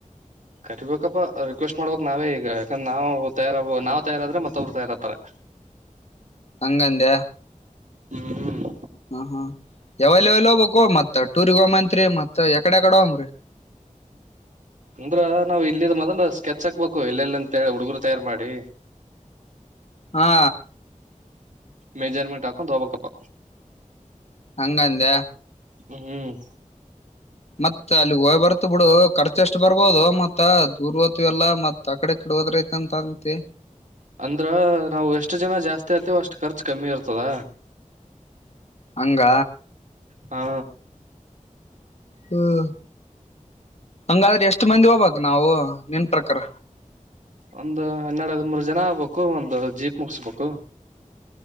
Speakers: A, on the right; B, on the left.
A: ಕರಿಬೇಕಪ್ಪಾ ರಿಕ್ವೆಸ್ಟ್ ಮಾಡ್ಬೇಕಕ್ ನಾವೇ ಈಗ ಯಾಕಂದ್ರ ನಾವು ತಯಾರಾಗ್ ತಯಾರಾದ್ರೆ ಮತ್ತ ಅವ್ರು ತಯಾರಾಗ್ತಾರೆ
B: ಹಂಗಂದ
A: ಹ್ಮ್
B: ಹ ಹಾ ಎ ಅವೈಲಬಲ್ಬಬೇಕೋ ಮತ್ತ ಟೂರಿಗ್ ಹೋಗಮ್ ಅಂತ್ರಿ ಮತ್ತ ಎಕಡೆ ಏಕಡೆ ಹೋಗಮ್ರಿ
A: ಅಂದ್ರ ನಾವ್ ಇಲ್ಲಿಂದ ಮೊದಲು ಸ್ಕೆಚ್ ಹಾಕ್ಬೇಕು ಎಲ್ಲೆಲ್ಲ ಅಂತ ಹೇಳಿ ಹುಡ್ಗರು ತಯಾರು ಮಾಡಿ
B: ಹಾ
A: ಮೆಜರ್ಮೆಂಟ್ ಆಕ ದೋಪಕಪ್ಪ
B: ಹಂಗಂದ
A: ಹ್ಮ್
B: ಮತ್ತತ್ ಅಲ್ಲಿ ಹೋಗಯ್ ಬರ್ತ್ ಬಿಡು ಖರ್ಚ ಎಷ್ಟು ಬರ್ಬೋದು ಮತ್ತ ದೂರ್ ಹೋಗ್ತೀವಿ ಎಲ್ಲ ಮತ್ ಕಡೆ ಕಡೆ ಹೋದ್ರಐ ಅಂತ ಅಂತೆ
A: ಅಂದ್ರ ನಾವು ಎಷ್ಟು ಜನ ಜಾಸ್ತಿ ಆತೇವ ಅಷ್ಟು ಖರ್ಚು ಕಮ್ಮಿ ಇರ್ತದ
B: ಹಂಗ
A: ಹಾ
B: ಹ್ಮ ಹಂಗಾದ್ರೆ ಎಷ್ಟ್ ಮಂದಿ ಹೋಗ್ಬಕ್ ನಾವು ನಿನ್ ಪ್ರಕಾರ
A: ಒಂದು ಹನ್ನೆರಡು ಹದ ಮೂರು ಜನ ಆಗ್ಬೇಕು ಒಂದು ಜೀಪ್ ಮುಗಸ್ಬೇಕು